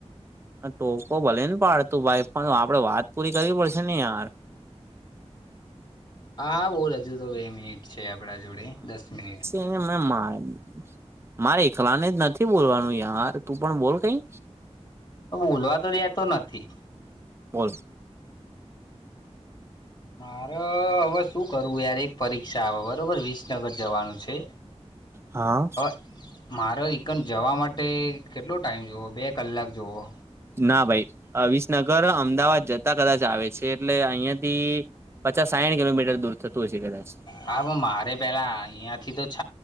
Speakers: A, on the right; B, on the left.
A: ટોકો ભલે ને પાડતું ભાઈ આપડે વાત પૂરી કરવી પડશે ને યાર
B: હા હા બહુ રજુ તો બે મિનિટ છે આપણા જોડે દસ મિનિટ
A: મે મા મારે એકલાને જ નથી બોલવાનું યાર તું પણ બોલ કઈ
B: હ બોલવા તો દેતો નથી
A: બોલ
B: મારે હવે શું કરવું યાર એક પરીક્ષા આવે બરોબર વીસ નગર જવાનું છે
A: હા
B: હ મારો રિકડ જવા માટે કેટલો ટાઈમ જુવઓ બે કલાક જુવઓ
A: ના ભાઈ અવસનગર અમદાવાદ જતા કદાચ આવે છે એટલે અહિયાંથી પચાસ સાહીઠ કિલોમીટર દૂર થતું હોય છે કદાચ
B: હા મારે પેલા અહિયાયા થી તો છ